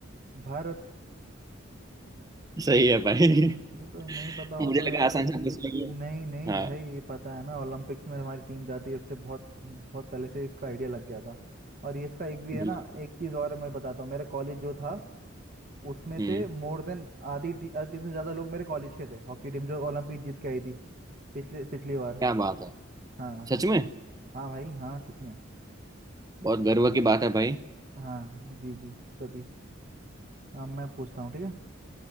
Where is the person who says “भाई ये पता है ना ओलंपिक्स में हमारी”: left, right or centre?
Right